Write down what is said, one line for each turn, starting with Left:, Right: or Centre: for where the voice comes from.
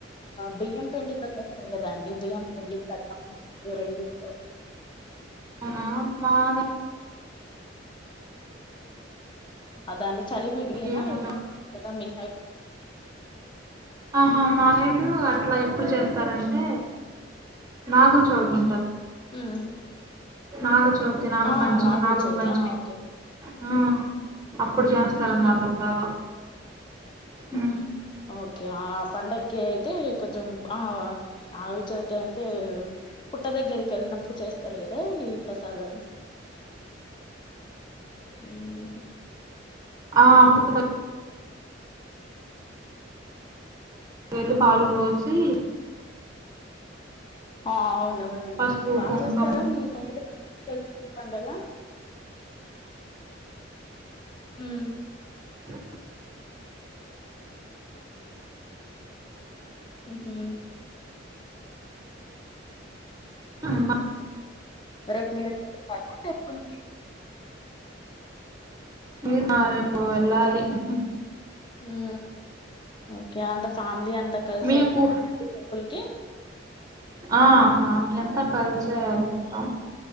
Left: బియ్యం బియ్యం పిండి పెసరప కదా అండి బియ్యం పిండి పెసరపప్పు రెండిటితో
Right: అవునా మాద
Left: <inaudible> ఆ దాన్ని చలిమిడియేనా
Right: ఏముండదు
Left: ఏదో అంటారు మీ సైడు
Right: ఆహ మారీడు అట్లా ఎప్పుడు చేస్తారంటే నాగుల చవితి
Left: హ్మ్.
Right: నాగ చౌతి నాగపంచమి
Left: ఆ! నాగుల
Right: నాగుల్
Left: చవితి.
Right: పంచమి
Left: ఆ! ఓకే.
Right: ఆ అప్పుడు చేస్తారన్నమాట
Left: హుహు.
Right: అలాగా ఉ
Left: ఓకే ఆ పండక్కి అయితే కొంచెం ఆ ఆవు చవితి అంటే పుట్ట దగ్గరికి వెళ్ళినప్పుడు చేస్తారు కదా ఈ ప్రసాదామ్స్ ఉం
Right: ఆ పుట్ట దయ్ వెళ్లి పాలు పోసి
Left: ఆ అవునవునండి
Right: పసుపు
Left: బాగా
Right: కుంకుమ
Left: చేస్తారా మీ సైడ్ కొత్త పండగ ఉం
Right: <inaudible>
Left: హుహు
Right: అమ్మ
Left: రేపు మీరు వెళ్తున్నారా టెంపుల్ కి
Right: మీరా రేపు వెళ్లాలి ఉహు
Left: ఉ ఓకే అంత ఫ్యామిలీ అంతా కలిసే
Right: మీకు
Left: వెళ్తారా అండి టెంపుల్ కి
Right: ఆ ఫ్యామిలీ అంతా కలిసే ఉంటాం